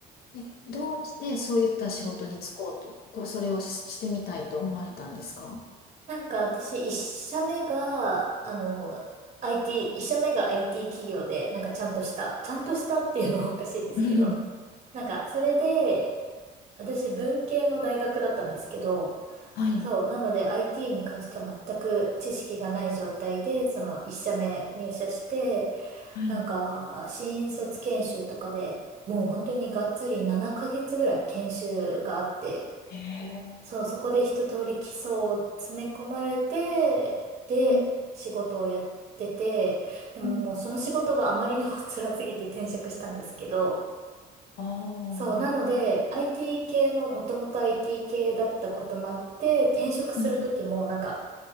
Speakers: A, on the left; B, on the right.
A: え、どうしてそういった仕事に就こうと、
B: うん
A: こう、それをし、してみたいと思われたんですか
B: なんか私、一社目が、あの、IT、一社目が IT 企業で、なんかちゃんとした、ちゃんとしたっていうのは <laughs> おかしいですけど、
A: うん。
B: なんかそれで、私文系の大学だったんですけど、
A: はい。
B: そう、なので IT に関しては全く知識がない状態で、その一社目入社して、
A: はい。
B: なんか新卒研修とかでもう本当にがっつり7ヶ月ぐらい研修があって、
A: へえ。
B: そう、そこで一通り基礎を詰め込まれて、で、
A: うん。
B: 仕事をやってて、でももうその仕事があまりにも
A: うん。
B: <laughs> 辛すぎて転職したんですけど、
A: ああ
B: そう、なので、IT 系の、もともと IT 系だったこともあって、転職するときも、
A: うん
B: なんか、